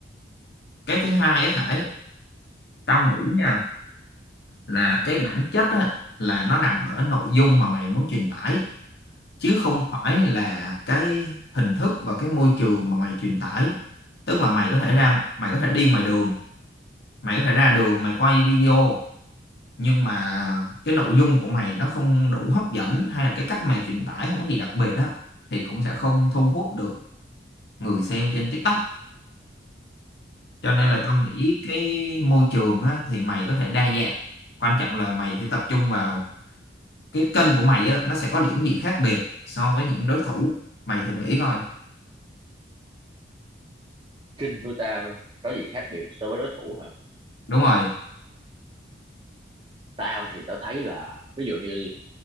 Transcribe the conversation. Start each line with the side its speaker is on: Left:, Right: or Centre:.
Left: cái thứ hai á Khải tao nghĩ nha là cái bản chất á là nó nằm ở nội dung mà mày muốn truyền tải chứ không
Right: ừ
Left: phải là cái hình thức và cái môi trường mà mày truyền tải tức là mày có thể
Right: ừ
Left: ra mày có thể đi ngoài đường mày có thể ra đường mày quay video nhưng mà cái nội dung của mày nó không đủ hấp dẫn hay là cái cách mày truyền tải không có gì đặc biệt á thì cũng sẽ không thu hút được người xem trên TikTok cho nên
Right: ồ
Left: là tao nghĩ cái môi trường á thì mày có thể đa dạng quan trọng là mày phải tập trung vào cái kênh của mày á nó sẽ có điểm gì khác biệt so với những đối thủ mày thử nghĩ coi
Right: Trinh của tao có gì khác biệt so với đối thủ hả
Left: đúng rồi
Right: tao thì tao thấy là ví dụ như